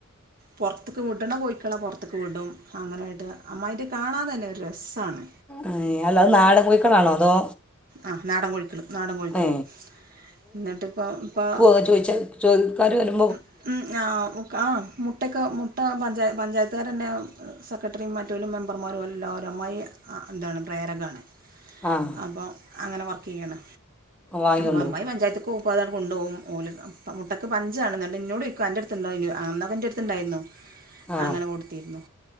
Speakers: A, on the right (about 40°); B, in the centre.
A: പൊറ്ത്ത്ക്ക് വിട്ണ കോഴിക്കളെ പൊറ്ത്ത്ക്ക് വിടും അങ്ങനെയിട്ട് അമ്മായിൻ്റെ കാണാൻ തന്നെ ഒരു രസ്സാണ്
B: ഏഹ് അല്ല അഹ് നാടൻ കോഴിക്കളാണോ അതോ
A: ആഹ് നാടൻ കോഴിക്കള് നാടൻ കോഴിക്കളും
B: ഏ
A: ന്നട്ട്പ്പം ഇപ്പം
B: പ്പ ചോയിച്ച ചോ കാര് വരു
A: <unintelligible> ആഹ് മുട്ടക്കെ മുട്ട പഞ്ചാ പഞ്ചായത്തുകാര ന്നെ സെക്രട്ടറിം മറ്റോലും മെമ്പർമാരും ഓല എല്ലാരും അമ്മായി ആഹ് എന്താണ് പ്രേര കാണ്
B: ആഹ്
A: അപ്പം അങ്ങനെ വർക്ക് യ്യാണ്
B: വാങ്ങിക്കൊണ്ട്
A: അപ്പം അമ്മായി
B: പോകും
A: പഞ്ചായത്ത്ക്ക് പോവുമ്പോ അതാണ്ട് കൊണ്ടോകും ഓല് പ്പം മുട്ടക്ക് പഞ്ചാണ് ന്നട്ട് ഇന്നോട് യിക്കും അന്റെ ട്ത്ത്ണ്ടോ ഇലോ അന്നൊക്കെ ഇന്റെ ട്ത്ത് ണ്ടായിന്നു
B: ആ
A: അങ്ങനെ കൊടുത്തിരുന്നു